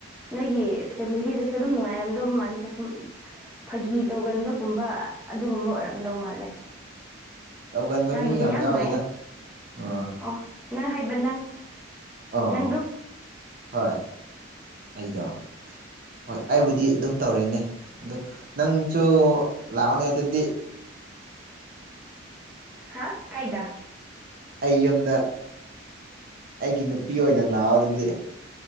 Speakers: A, in the centre; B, on the right.
A: ꯅꯣꯏꯒꯤ ꯐꯦꯃꯤꯂꯤꯗꯁꯨ ꯑꯗꯨꯝ ꯅꯨꯡꯉꯥꯏꯔꯝꯗꯧ ꯃꯥꯅꯤꯁꯦ ꯁꯨꯝ ꯐꯥꯒꯤ ꯇꯧꯒꯟꯕꯒꯨꯝꯕ ꯑꯗꯨꯒꯨꯝꯕ ꯑꯣꯏꯔꯝꯗꯧ ꯃꯥꯜꯂꯦ
B: ꯇꯧꯒꯟꯕ
A: ꯉꯥꯡꯅꯕ
B: ꯃꯤ
A: ꯌꯥꯝ
B: ꯌꯥꯎꯗꯦꯗ
A: ꯅꯨꯡꯉꯥꯏꯌꯦ
B: ꯑꯥ
A: ꯑꯣ ꯅꯪ ꯍꯥꯏꯕ ꯅꯪ
B: ꯑꯥ
A: ꯅꯪꯗꯨ
B: ꯍꯣꯏ ꯑꯩꯗꯣ ꯍꯣꯏ ꯑꯩꯕꯨꯗꯤ ꯗꯤ ꯑꯗꯨꯝ ꯇꯧꯔꯦꯅꯦ ꯑꯗꯣ ꯅꯪꯁꯨ ꯂꯥꯛꯑꯣꯅꯦ ꯑꯗꯨꯗꯤ
A: ꯍꯥꯥ ꯀꯥꯏꯗ
B: ꯑꯩ ꯌꯨꯝꯗ ꯑꯩꯒꯤ ꯅꯨꯄꯤ ꯑꯣꯏꯅ ꯂꯥꯛꯑꯣ ꯑꯗꯨꯗꯤ